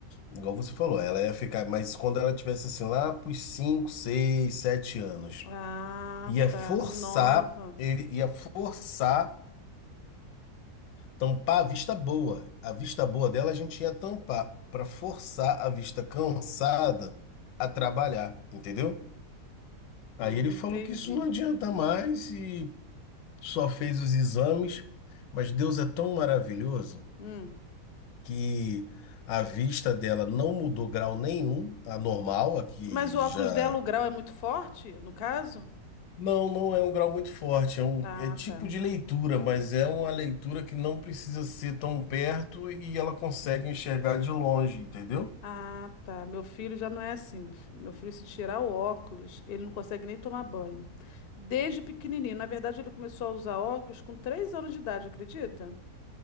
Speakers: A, on the left; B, on the left.
A: igual você falou, ela ia ficar, mas quando ela tivesse assim lá pros cinco, seis, sete anos,
B: Ah,
A: ia
B: tá,
A: forçar,
B: nova.
A: ele ia forçar Tampar a vista boa. A vista boa dela a gente ia tampar para forçar a vista cansada a trabalhar, entendeu? Aí
B: Hum,
A: ele falou
B: entendi.
A: que isso não adianta mais e só fez os exames, mas Deus é tão maravilhoso
B: Hum.
A: que a vista dela não mudou grau nenhum, a normal, a que
B: Mas o
A: já
B: óculos dela, o grau é muito forte, no caso?
A: não, não é um grau muito forte, é um
B: Ah,
A: é tipo
B: tá.
A: de leitura, mas é uma leitura que não precisa ser tão perto e ela consegue enxergar de longe, entendeu?
B: Ah, tá. Meu filho já não é assim, meu filho. Meu filho, se tirar o óculos, ele não consegue nem tomar banho. Desde pequenininho. Na verdade, ele começou a usar óculos com três anos de idade, acredita?